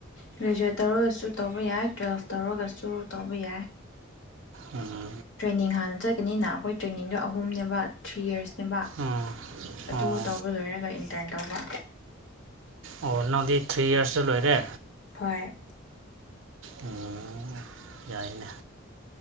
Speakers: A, on the left; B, on the right.
A: ꯒ꯭ꯔꯦꯖꯨꯋꯦꯠ ꯇꯧꯔꯒꯁꯨ ꯇꯧꯕ ꯌꯥꯏ ꯇꯨꯋꯦꯜꯐ ꯇꯧꯔꯒꯁꯨ ꯇꯧꯕ ꯌꯥꯏ꯫
B: ꯑꯥ
A: ꯇ꯭ꯔꯦꯅꯤꯡ ꯍꯥꯟꯅ ꯆꯠꯀꯅꯤꯅ ꯑꯩꯈꯣꯏ ꯇ꯭ꯔꯦꯅꯤꯡꯗꯣ ꯑꯍꯨꯝꯅꯦꯕ ꯊ꯭ꯔꯤ ꯌꯔꯁ꯫ ꯁꯦꯝꯕꯥ
B: ꯎꯝ
A: ꯑꯗꯨ
B: ꯑꯣ
A: ꯇꯧꯕ ꯂꯣꯏꯔꯒ ꯏꯟꯇꯔꯟ ꯇꯧꯕ꯫
B: ꯑꯣ ꯅꯪꯗꯤ ꯊ꯭ꯔꯤ ꯌꯔꯁꯇ ꯂꯣꯏꯔꯦ?
A: ꯍꯣꯏ꯫
B: ꯎꯝ ꯌꯥꯏꯅꯦ